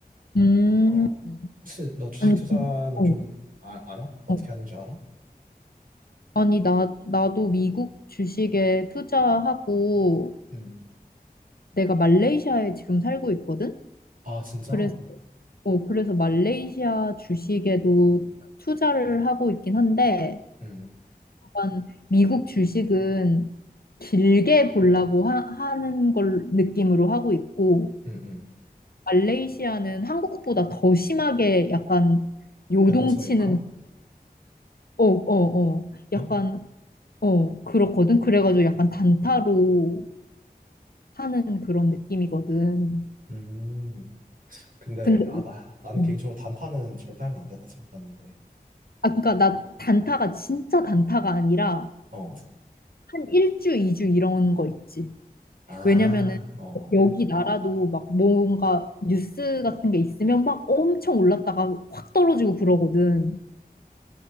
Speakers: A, on the left; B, on the right.
A: 음.
B: 어, 혹시 너 주식
A: 아니,
B: 투자는
A: 그, 어.
B: 좀 아, 알아? 어떻게
A: 어.
B: 하는 줄 알아?
A: 아니, 나, 나도 미국 주식에 투자하고
B: 음.
A: 내가 말레이시아에 지금 살고 있거든?
B: 아, 진짜?
A: 그래서, 어, 그래서 말레이시아 주식에도 투자를 하고 있긴 한데,
B: 음,
A: 약간 미국 주식은 길게 보려고 하, 하는 걸 느낌으로 하고 있고,
B: 음, 음.
A: 말레이시아는 한국보다 더 심하게 약간 요동치는,
B: 변동성이 커?
A: 어, 어, 어,
B: 어?
A: 약간, 어, 그렇거든? 그래가지고 약간 단타로 하는 그런 느낌이거든.
B: 음. 근데,
A: 근데
B: 아, 나, 나는
A: 음.
B: 개인적으로 단타는 절대 하면 안 된다 생각하는데.
A: 아 그러니까 나 단타가 진짜 단타가 아니라
B: 어.
A: 한 1주, 2주 이런 거 있지.
B: 아,
A: 왜냐면은
B: 어. 어.
A: 여기 나라도 막 뭔가 뉴스 같은 게 있으면 막 엄청 올랐다가 확 떨어지고 그러거든.